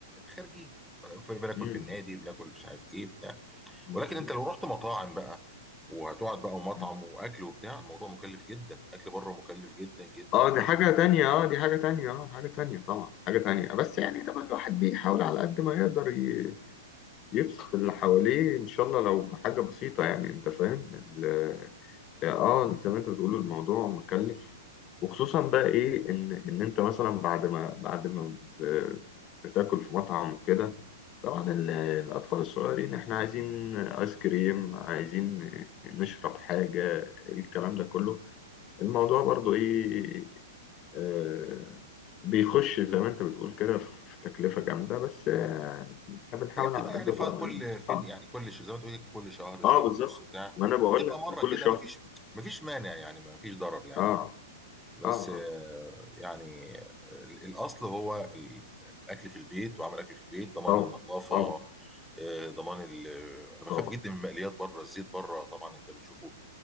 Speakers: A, in the centre; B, on the left (about 30°).
A: خارجي في بناكل
B: مم.
A: في النادي بناكل مش عارف ايه بتاع
B: مم.
A: ولكن انت لو رحت مطاعم بقى وهتقعد بقى ومطعم
B: مم.
A: واكل وبتاع الموضوع مكلف جدا اكل بره مكلف جدا جدا
B: اه
A: جدا
B: دي حاجة تانية اه دي حاجة تانية اه حاجة تانية طبعا حاجة تانية بس يعني طبعا الواحد بيحاول على قد ما يقدر ي- يبسط اللي حواليه ان شاء الله لو بحاجة بسيطة يعني انت فاهم ال- اه زي ما انت بتقول الموضوع مكلف وخصوصا بقى ايه ان ان انت مثلا بعد ما بعد ما ب- بتاكل في مطعم وكده طبعا ال- الاطفال الصغيرين احنا عايزين ايس كريم عايزين نشرب حاجة الكلام ده كله الموضوع برضو ايه آه، بيخش زي ما انت بتقول كده في في تكلفة جامدة بس آه، احنا بنحاول
A: هي بتبقى
B: على قد
A: يعني
B: ما
A: فا- كل فين
B: اه
A: يعني كل ش- زي ما تقولي كل شهر
B: آه،
A: شهر
B: بالظبط
A: ونص بتاع
B: ما انا بقول
A: بتبقى
B: لك
A: مره
B: كل
A: كده
B: شهر
A: مفيش مفيش مانع يعني مفيش ضرر يعني
B: اه
A: بس
B: اه
A: آه،
B: اه
A: يعني ال- الاصل هو ال- الاكل في البيت وعمل اكل في البيت ضمان
B: طبعا
A: النظافه
B: طبعا
A: آه، ضمان ال- آه، انا بخاف
B: طبعا
A: جدا من المقليات بره الزيت بره طبعا انت بتشوفه